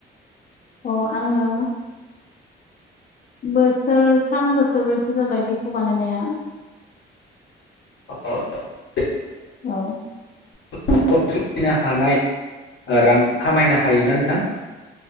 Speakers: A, on the left; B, on the left.
A: अ आङो बोसोरथाम बोसोरब्रैसो जाबाय बेखौ बानायनाया
B: अ
A: औ
B: <inaudible> सोलिनो हानाय रां ओ खामायनो हायोना नोंथां